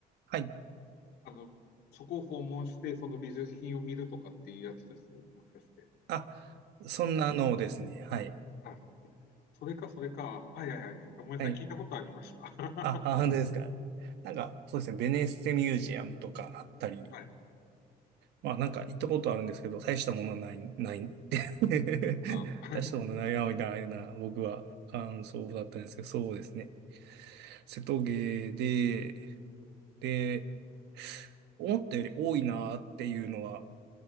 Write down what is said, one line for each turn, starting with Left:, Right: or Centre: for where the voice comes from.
Right: はい。
Left: あの、そこを訪問して、その美術品を見るとかっていうやつです。もしかして。
Right: あ、そんなのをですね。はい。
Left: あ、それか、それか。はいはいはい。あ、ごめんなさい。
Right: はい。
Left: 聞いたことありました。
Right: あ、あ、
Left: <laughs>
Right: 本当ですか。なんか、そうですね、ベネッセミュージアムとかあったり、
Left: はい。
Right: まあなんか行ったことあるんですけど、大したものはない、ないって <laughs>
Left: あ、<laughs>
Right: 大したものないな、みたいな、僕は感想だったんですけど、そうですね。瀬戸芸で、で、思ったより多いなっていうのは